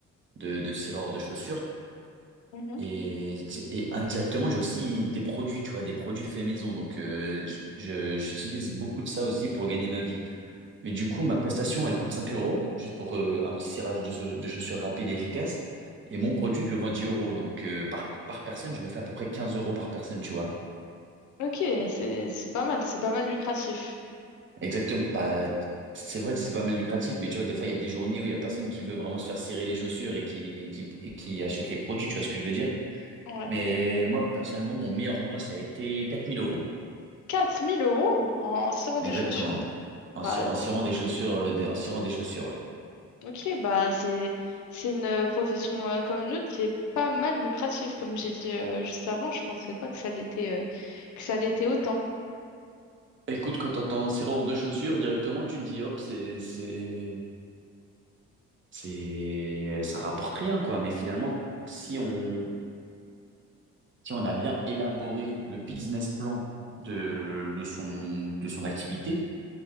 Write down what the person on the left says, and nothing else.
Mhm.
Ok, c'est c'est pas mal, c'est pas mal lucratif.
Ouais.
4000 euros en, en serrant des
chaussures.
Bah,
ok, bah, c'est, c'est une euh, profession euh, comme une autre qui est pas mal lucrative. Comme j'ai dit euh, juste avant, je pensais pas que ça l'était euh, que ça l'était autant.